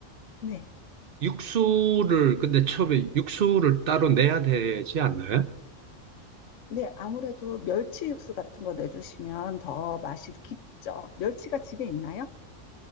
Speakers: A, on the left; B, on the right.
A: 네.
B: 육수를, 근데 처음에 육수를 따로 내야 되지 않나요?
A: 네, 아무래도 멸치 육수 같은 거 내주시면 더 맛이 깊죠. 멸치가 집에 있나요?